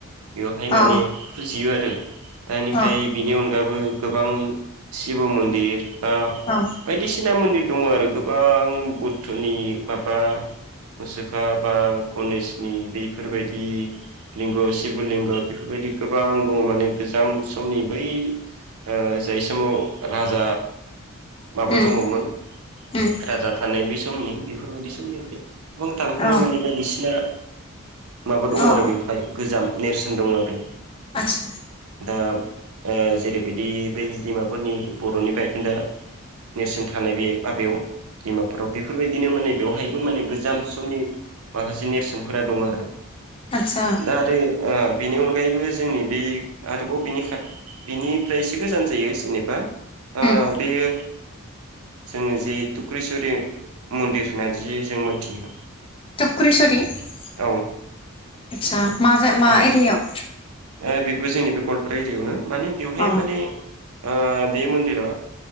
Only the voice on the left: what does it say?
औ
औ
औ
उम
उम
औ अ
अ
आतसा
आतसा
उम
टुक्रेसरि आतसा
मा जा मा
एरियायाव
अ